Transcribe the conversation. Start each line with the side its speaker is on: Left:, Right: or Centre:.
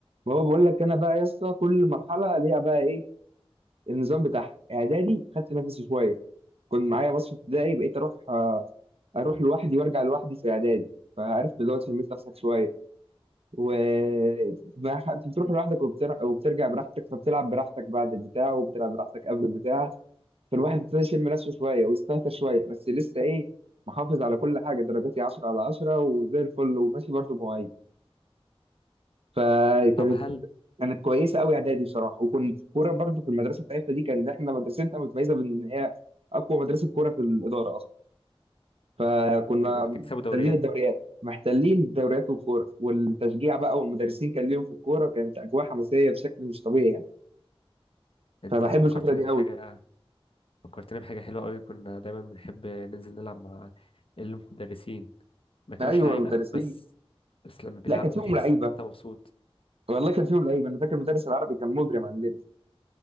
Right: ما هو بقول لك انا بقى يا اسطى كل مرحله ليها بقى ايه النظام بتاعها اعدادي خدت نفسي شويه كنت معايا باص في ابتدائي بقيت اروح آه، اروح لوحدي وارجع لوحدي في اعدادي فعرفت دلوقتي لميت نفسك شويه و ما ح- كنت بتروح لوحدك وبتر... وبترجع براحتك فبتلعب براحتك بعد البتاع وبتلعب براحتك قبل البتاع فالواحد ابتدى يشم نفسه شويه ويستهتر شويه بس لسه ايه محافظ على كل حاجه درجاتي 10 على 10 وزي الفل وماشي برضه مواعيد فكانت
Left: طب هل
Right: كانت كويسه قوي اعدادي بصراحه وكنت كوره برضو في المدرسه بتاعتنا دي كان احنا مدرستنا متميزه بان هي اقوى مدرسه كوره في الاداره اصلا فكنا
Left: مم، وبتكسبوا
Right: محتلين
Left: دوريات
Right: الدوريات محتلين الدوريات والكوره والتشجيع بقى والمدرسين كان ليهم في الكوره كانت اجواء حماسيه بشكل مش طبيعي يعني
Left: انت
Right: فبحب
Left: فكرتني
Right: الفتره دي
Left: بحاجة
Right: قوي
Left: فكرتني بحاجة حلوة قوي كنا دايما بنحب ننزل نلعب مع المدرسين ما كانوش
Right: ايوه
Left: لعيبة
Right: المدرسين
Left: قوي بس بس لما بيلعبوا
Right: لا كان فيهم
Left: بتحس
Right: لعيبه
Left: ان انت مبسوط
Right: والله كان فيهم لعيبه انا فاكر المدرس العربي كان مجرم عندنا